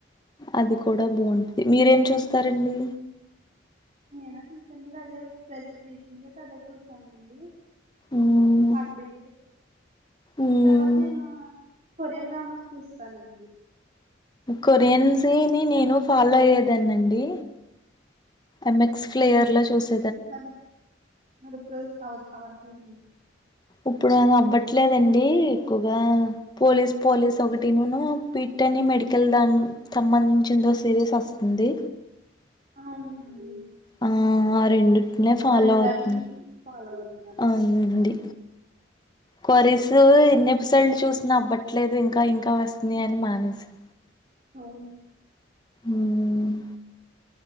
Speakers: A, on the left; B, on the right.
A: అది కూడా బాగుంటది మీరేం చూస్తారండి
B: నేను రీసెంట్ గా అదే రీసెంట్గాతే అదే చూసానండి
A: మ్మ్
B: హార్ట్ బ
A: మ్మ్
B: పర్వతని కొరియన్ డ్రామాస్ చూస్తానండి
A: కొరియన్స్ని నేను ఫాలో అయ్యేదాన్ని అండి ఎమ్ఎక్స్ ఫ్లేయర్ లో చూస్త
B: మరి మరి ప్ర అవత్ హవాల సర
A: ఇప్పుడు అ అవ్వట్లేదండి ఎక్కువగా పోలీస్ పోలీస్ ఒకటి ను పీట్ని మెడికల్ దా సంబంధించిందో సీరియస్ వస్తుంది
B: అవును
A: ఆ రెండింటినే ఫాలో
B: రెండాటిని
A: అవుతున్నా
B: ఫాలో అవుతున్నారు
A: అవునండి కొరసు ఎన్ని ఎపిసోడ్లు చూసిన అవ్వట్లేదు ఇం ఇంకా ఇంకా వస్తుంది అని మానేసం
B: అవును
A: ఉమ్మ్.